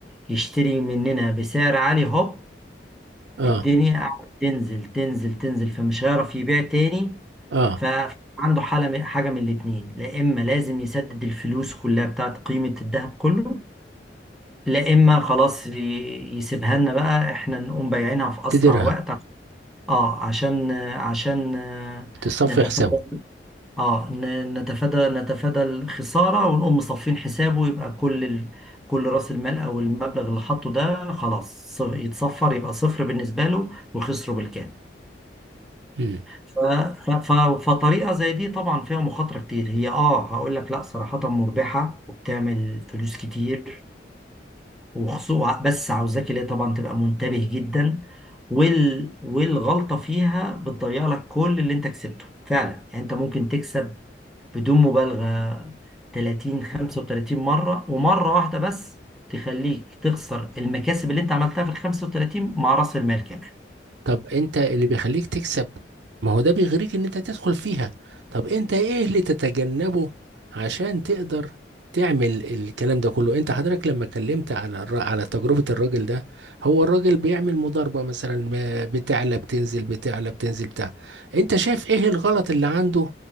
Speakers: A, in the centre; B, on the right.
A: يشتري مننا بسعر عالي هوب
B: اه
A: الدنيا قاعدة تنزل تنزل تنزل فمش هيعرف يبيع تاني
B: اه
A: فعنده حالة من- حاجة من الاتنين لا إما لازم يسدد الفلوس كلها بتاعت قيمة الذهب كله لا اما خلاص ي- يسيبها لنا بقى احنا نقوم بايعينها في اسرع
B: تديرها
A: وقت اه عشان عشان آه،
B: تصفي
A: نتفادى
B: حسابه
A: اه ن- نتفادى نتفادى الخساره ونقوم مصفين حسابه يبقى كل ال... كل راس المال او المبلغ اللي حاطه ده خلاص ص- يتصفر يبقى صفر بالنسبه له وخسره بالكامل
B: مم.
A: ف... ف... ف... فطريقه زي دي طبعا فيها مخاطره كتير هي اه هقول لك لا صراحه مربحه وبتعمل فلوس كتير وخصوصا بس عاوزاك اللي هي طبعا تبقى منتبه جدا وال... والغلطة فيها بتضيع لك كل اللي انت كسبته فعلا يعني انت ممكن تكسب بدون مبالغة 30 35 مرة ومرة واحدة بس تخليك تخسر المكاسب اللي انت عملتها في ال 35 مع رأس المال كمان
B: طب انت اللي بيخليك تكسب ما هو ده بيغريك ان انت تدخل فيها طب انت ايه اللي تتجنبه عشان تقدر تعمل الكلام ده كله انت حضرتك لما اتكلمت على الر... على تجربة الراجل ده هو الراجل بيعمل مضاربة مثلا ما- بتعلى بتنزل بتعلى بتنزل بتاع انت شايف ايه الغلط اللي عنده